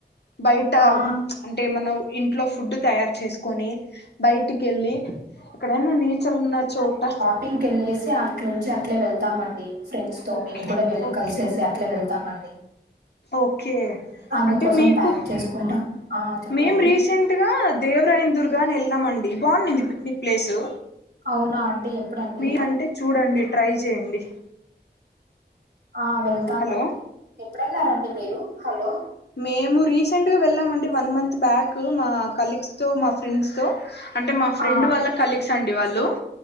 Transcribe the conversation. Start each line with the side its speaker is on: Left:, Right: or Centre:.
Left: బయట
Right: ఆ
Left: అంటే మనం ఇంట్లో ఫుడ్ తయారు చేసుకొని బయటికెళ్ళి ఎక్కడైనా నేచర్ ఉన్న చోట
Right: పిక్నిక్ ఇంకెళ్ళేసి అట్లుంచి అట్లే వెళ్తామండి ఫ్రెండ్స్ తో
Left: ఓకే
Right: మేము కూడా వెళ్లి
Left: ఓకే
Right: కలిసేసి అట్లా వెళ్తామండి
Left: ఓకే
Right: అందుకోసం
Left: అంటే మీకు
Right: ప్యాక్ చేసుకుంటాం ఆ చెప్పండి
Left: మేం రీసెంట్గా దేవరాయని దుర్గా అని ఎళ్ళినామండి బాగుందింది పిక్నిక్ ప్లేసు
Right: అవునా అండి ఎప్పుడండి
Left: మీ అంటే చూడండి ట్రై చేయండి
Right: ఆ వెళ్తామండి
Left: హలో
Right: ఎప్పుడ ఎళ్ళారండి మీరు హలో
Left: మేము రీసెంట్ గా వెళ్ళామండి వన్ మంత్ బ్యాక్ మా కలీగ్స్ తో మా ఫ్రెండ్స్ తో అంటే మా ఫ్రెండ్
Right: ఆ
Left: వాళ్ళ కలీగ్స్ అండి వాళ్ళు